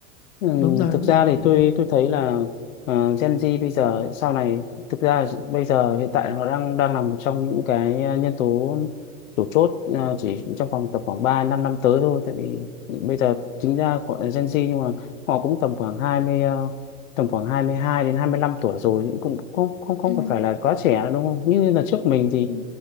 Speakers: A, on the left (about 70°); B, on the left (about 25°).
A: ừ,
B: đúng rồi
A: thực
B: đúng
A: ra
B: rồi
A: thì tôi tôi thấy là ờ, Gen Z bây giờ sau này thực ra bây giờ hiện tại họ đang đang là một trong những cái ờ, nhân tố chủ chốt ờ, chỉ trong vòng tầm khoảng 3 5 năm tới thôi tại vì bây giờ chính ra gọi là Gen Z nhưng mà họ cũng tầm khoảng 20 ờ, tầm khoảng 22 đến 25 tuổi rồi thì cũng không không không
B: ừ,
A: còn phải là quá trẻ nữa, đúng không như là trước mình thì
B: ừ,